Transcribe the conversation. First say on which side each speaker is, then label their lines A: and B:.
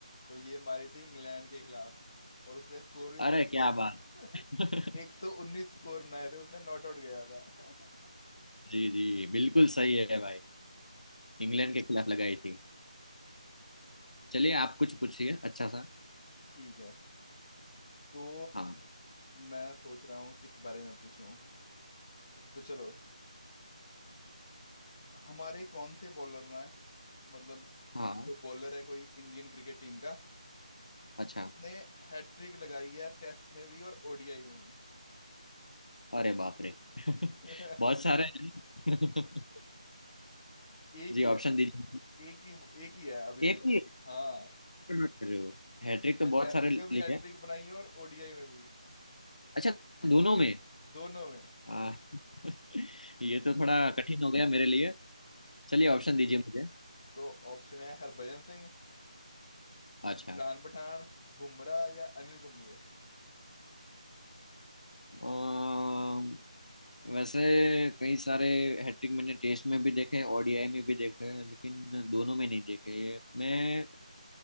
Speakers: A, on the left (about 15°); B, on the left (about 75°).
A: तो ये मारी थी इंग्लैंड के खिलाफ और उसने स्कोर भी
B: अरे
A: बनाए
B: क्या
A: थे
B: बात <laughs>
A: <laughs> 119 स्कोर बनाए थे उसने नॉट आउट गया था <laughs>
B: जी जी बिल्कुल सही है भाई इंग्लैंड के खिलाफ लगाई थी चलिए आप कुछ पूछिए अच्छा सा
A: ठीक है तो
B: हाँ
A: मैं सोच रहा हूँ किस बारे में पूछूं तो चलो हमारे कौन से बॉलर ना है मतलब
B: हाँ
A: जो बॉलर है कोई इंडियन क्रिकेट टीम का
B: अच्छा
A: उसने हैट्रिक लगाई है टेस्ट में भी और ओडीआई में भी
B: अरे बाप रे <laughs>
A: <laughs>
B: बहुत सारे हैं <laughs>
A: एक
B: जी
A: ही
B: ऑप्शन दीजिए
A: है एक ही एक ही है अभी
B: एक
A: तक
B: ही है,
A: हाँ
B: मत कर रहे हो हैट्रिक
A: जिसने
B: तो
A: टेस्ट
B: बहुत सारे
A: में भी
B: लिए
A: हैट्रिक बनाई है और ओडीआई में भी
B: अच्छा दोनों में
A: दोनों में
B: आ, <laughs> ये तो थोड़ा कठिन हो गया मेरे लिए चलिए ऑप्शन दीजिए मुझे
A: तो ऑप्शन है हरभजन सिंह
B: अच्छा
A: प्राण पठान बुमराह या अनिल कुंबले
B: अम, वैसे कई सारे हैट्रिक मैंने टेस्ट में भी देखे ओडीआई में भी देखे लेकिन दोनों में नहीं देखे मैं